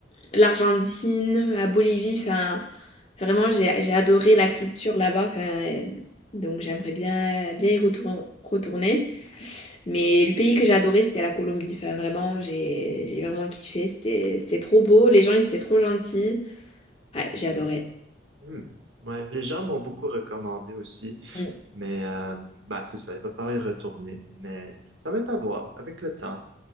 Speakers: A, on the left; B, on the right.
A: l'Argentine, la Bolivie. Enfin, vraiment, j'ai j'ai adoré la culture là-bas. Enfin, donc j'aimerais bien bien y retour- retourner. Mais le pays que j'ai adoré, c'était la Colombie. Enfin, vraiment, j'ai j'ai vraiment kiffé. C'était c'était trop beau. Les gens, ils étaient trop gentils. Ouais, j'ai adoré.
B: Hmm. Ouais, les gens m'ont beaucoup recommandé aussi,
A: Mm.
B: mais euh, bah, c'est ça, il va falloir y retourner, mais ça va être à voir avec le temps.